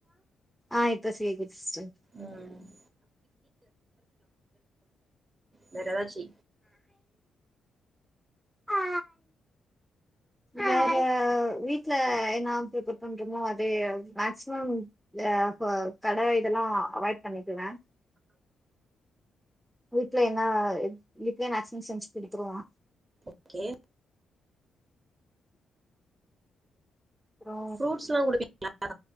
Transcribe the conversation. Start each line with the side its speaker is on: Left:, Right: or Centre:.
Centre: ஆ இப்ப சேரி சிஸ்டர்
Right: ம் <inaudible> வேற ஏதாச்சு
Centre: ஆ வேற வீட்ல என்ன பிரிப்பர் பண்றமோ அது மேக்சிமம் ஆ கட இதெல்லா அவாய்ட் பண்ணிக்குவே வீட்ல என்ன வீட்ல என்னாச்சு செஞ்சு குடுத்திருவே
Right: ஓகே
Centre: அப்புறோ
Right: ஃப்ரூட்ஸ்ஸுல்லா குடுப்பீங்களா